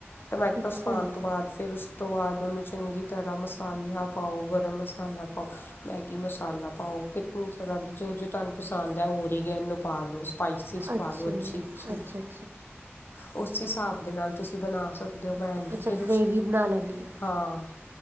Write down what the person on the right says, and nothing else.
ਅੱਛਾ
ਜੀ
ਅੱਛਾ
ਅੱਛਾ ਜੀ।
ਅੱਛਾ
ਗ੍ਰੇਵੀ
ਬਣਾ ਲੈਂਦੀ ਹੈ